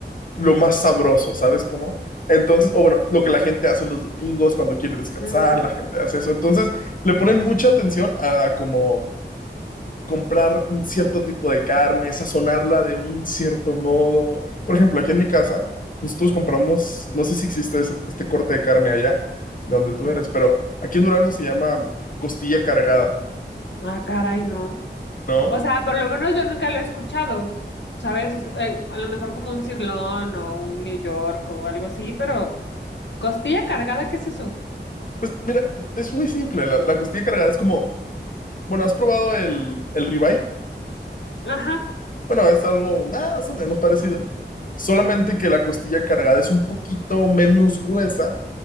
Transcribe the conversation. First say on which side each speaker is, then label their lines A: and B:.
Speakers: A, on the left (about 45°); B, on the left (about 80°).
A: lo más sabroso, ¿sabes cómo? Entonces, o bueno, lo que la gente hace los domingos cuando quiere descansar,
B: Ujú.
A: la gente hace eso. Entonces, le ponen mucha atención a como comprar un cierto tipo de carne, sazonarla de un cierto modo. Por ejemplo, aquí en mi casa, nosotros compramos, no sé si existe ese- este corte de carne allá, de donde tú eres, pero aquí en Durango se llama costilla cargada,
B: Ah, caray, no.
A: ¿no?
B: O sea, por lo menos yo nunca lo he escuchado, ¿sabes? O sea, eh, a lo mejor como un cirlón o un New York o algo así, pero costilla cargada, ¿qué es eso?
A: Pues mira, es muy simple, la, la costilla cargada es como, bueno, ¿has probado el, el ribeye?
B: Ajá.
A: Bueno, es algo más o menos parecido, solamente que la costilla cargada es un poquito menos gruesa